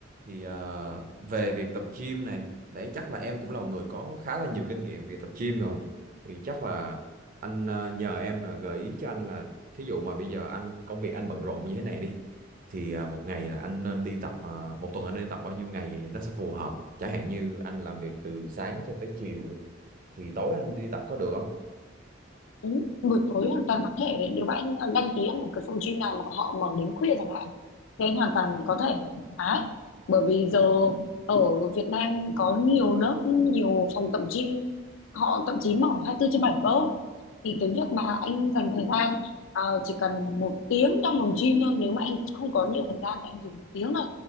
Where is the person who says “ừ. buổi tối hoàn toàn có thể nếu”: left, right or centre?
Left